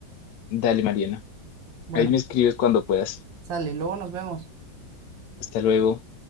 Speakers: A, on the left; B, on the right.
A: Dale, Mariana.
B: Bueno.
A: Ahí me escribes cuando puedas.
B: Sale, luego nos vemos.
A: Hasta luego.